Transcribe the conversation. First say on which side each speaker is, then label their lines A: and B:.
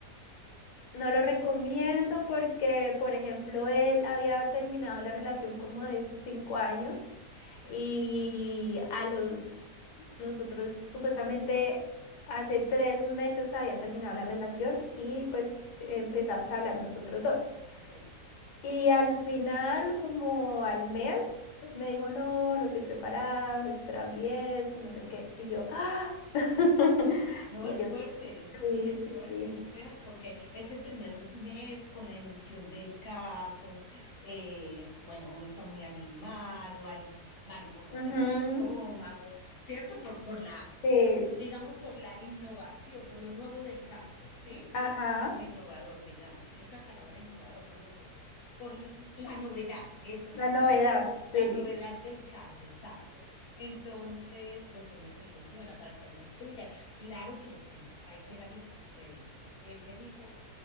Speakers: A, on the left; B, on the left.
A: No
B: Ok.
A: lo recomiendo porque, por ejemplo, él había terminado la relación como de cinco años
B: Sí,
A: y a los, nosotros supuestamente hace tres meses había terminado la relación y pues empezamos a hablar nosotros dos.
B: sí,
A: Y al final, como al mes, me dijo, no, no estoy preparado, no he superado a mi ex, no sé qué.
B: sí, claro.
A: Y yo, ¡ah! <laughs>
B: No,
A: Y
B: es
A: yo,
B: fuerte,
A: sí,
B: sí, es fuerte,
A: sí.
B: no creas, porque ese primer mes con la ilusión del caso, eh, bueno, uno está muy animado, hay mariposas
A: Ujú,
B: en el estómago, ¿cierto? Por, por la,
A: Sí.
B: digamos, por la innovación, por lo nuevo del caso, ¿sí?
A: Ajá,
B: lo innovador, digamos, si es la palabra innovador, no lo sé, por l- la novedad, esa es
A: la
B: la
A: novedad,
B: palabra,
A: sí.
B: la novedad del caso, exacto. Entonces, pues uno se ilusiona para que el mes te <laughs> diga, claro que sí, hay que darle sus créditos. Él te dijo